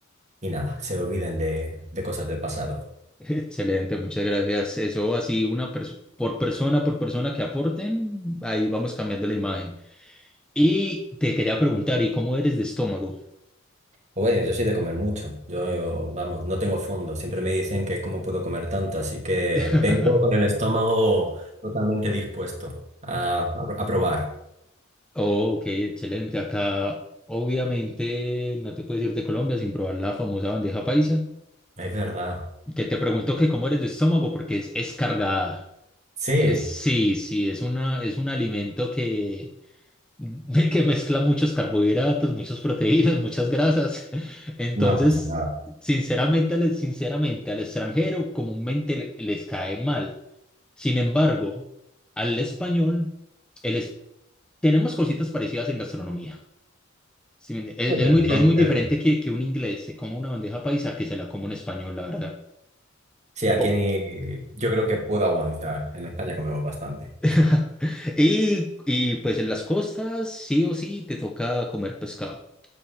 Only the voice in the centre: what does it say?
<laughs> Excelente, muchas gracias. Eso así, una perso- por persona, por persona que aporten, ahí vamos cambiando la imagen. Y te quería preguntar, ¿y cómo eres de estómago?
<laughs>
Ok, excelente. Acá, obviamente, no te puedes ir de Colombia sin probar la famosa bandeja paisa.
Que te pregunto que cómo eres de estómago, porque es, es cargada.
Es- sí, sí, es una, es un alimento que, <laughs> que mezcla muchos carbohidratos, muchas proteínas, muchas grasas. <laughs> Entonces,
sinceramente, al- sinceramente, al extranjero comúnmente le- les cae mal. Sin embargo, al español, el es- tenemos cositas parecidas en gastronomía. Sí, ¿me entiende? es,
es muy,
es muy diferente que, que un inglés se coma una bandeja paisa que se la coma un español, la verdad.
O-
<laughs> Y, y pues en las costas, sí o sí, te toca comer pescado.